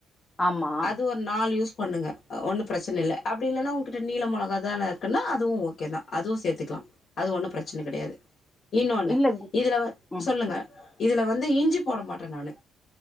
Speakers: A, on the left (about 20°); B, on the left (about 60°).
A: ஆமா
B: அது ஒரு நாலு யூஸ் பண்ணுங்க ஒன்னு பிரச்சன இல்ல அப்டி இல்லன்னா உங்கிட்ட நீள மொளகா தான இருக்குன்னா அதுவு ஓகே தா அதுவு சேத்திக்கலா அது ஒன்னு பிரச் ச்சன கடையாது இன்னொன்னு
A: இல்ல கு
B: இதுல
A: ம்
B: சொல்லுங்க இதுல வந்து இஞ்சி போட மாட்டே நானு